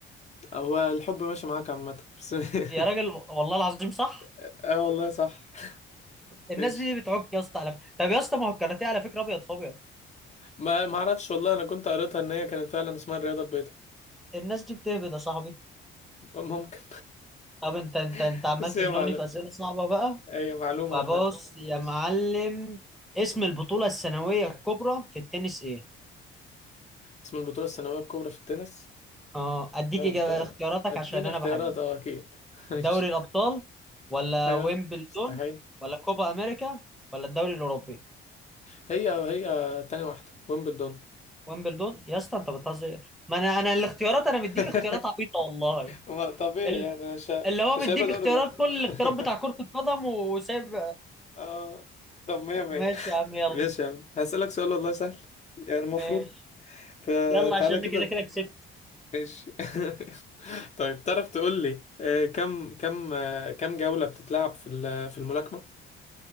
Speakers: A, on the left; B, in the centre.
A: هو الحب ماشي معاك عامة بس
B: يا
A: <laughs>
B: راجل والله العظيم صح
A: اه والله صح
B: الناس
A: ماشي
B: دي بتعك يا اسطى على فكرة طب يا اسطى ما هو الكاراتيه على فكرة ابيض في ابيض
A: ما ما اعرفش والله انا كنت قريتها ان هي كانت فعلا اسمها الرياضة البيضاء
B: الناس دي بتهبد يا صاحبي
A: ممكن
B: طب انت انت انت
A: <laughs>
B: عمال
A: بس
B: تزنقني
A: هي معلومة
B: في اسئلة صعبة بقى
A: هي معلومة
B: فبص
A: عامة
B: يا
A: ماشي
B: معلم اسم البطولة السنوية الكبرى في التنس ايه
A: اسم البطولة السنوية الكبرى في التنس
B: اه اديك
A: لا
B: إجابة
A: انت
B: اختياراتك
A: اديني
B: عشان انا
A: اختيارات
B: بحبك
A: اه اكيد <laughs> ماشي
B: دوري الابطال ولا
A: ايوه
B: ويمبلدون
A: مستحيل
B: ولا كوبا امريكا ولا الدوري الاوروبي
A: هي وهي تاني واحدة ويمبلدون
B: ويمبلدون يا اسطى انت بتهزر ما انا انا الاختيارات انا مديك
A: <laughs>
B: اختيارات عبيطه والله
A: ما طبيعي
B: ال-
A: يعني مش ه-
B: اللي هو
A: مش
B: مديك
A: هيبقى دوري
B: اختيارات
A: الابطال
B: كل الاختيارات
A: <laughs>
B: بتاع كرة القدم وسايب
A: اه طب مية مية
B: ماشي يا عم يلا
A: ماشي يا عم هسألك سؤال والله سهل يعني المفروض
B: ماشي
A: فتعالى
B: يلا عشان أنا
A: كده
B: كده كده كسبت
A: ماشي <laughs> طيب تعرف تقول لي آه، كم كم آه، كم جولة بتتلعب في ال- في الملاكمة؟